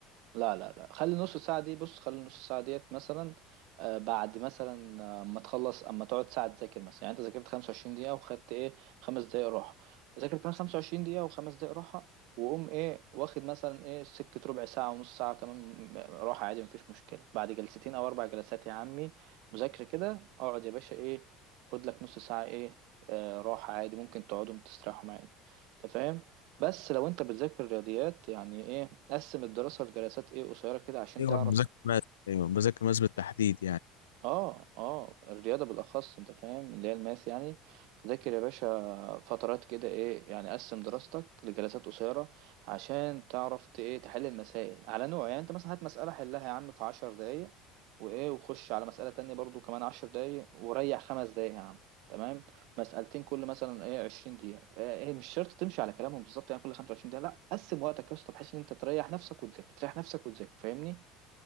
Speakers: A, on the right; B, on the left.
A: لا لا لا خلي النص ساعة دي بص خلي النص ساعة ديت مثلا آه، بعد مثلا آه، اما تخلص اما تقعد ساعة تذاكر مثلا يعني انت ذاكرت 25 دقيقة وخدت ايه خمس دقايق راحة ذاكر كمان 25 دقيقة وخمس دقايق راحة وقوم ايه واخد مثلا ايه سكة ربع ساعة ونص ساعة كمان م- راحة عادي مفيش مشكلة بعد جلستين او اربع جلسات يا عمي مذاكرة كده اقعد يا باشا ايه خد لك نص ساعة ايه آه، راحة عادي ممكن تقعدهم تستريحهم عادي انت فاهم بس لو انت بتذاكر رياضيات يعني ايه قسم الدراسة لجلسات ايه قصيرة كده عشان
B: ايوه
A: تعرف
B: أنا بذاكر ماس ايوه بذاكر ماس بالتحديد يعني
A: اه اه الرياضة بالأخص انت فاهم اللي هي الماس يعني ذاكر يا باشا فترات كده ايه يعني قسم دراستك لجلسات قصيرة عشان تعرف ت- ايه تحل المسائل على نوع يعني انت مثلا هات مسألة حلها يا عم في عشر دقايق وايه وخش على مسألة تانية برضو كمان عشر دقايق وريح خمس دقايق يا عم تمام مسألتين كل مثلا ايه عشرين دقيقة ايه إيه، مش شرط تمشي على كلامهم بالظبط يعني كل خمسة وعشرين دقيقة لا قسم وقتك يا اسطى بحيث ان انت تريح نفسك وتذاكر تريح نفسك وتذاكر فاهمني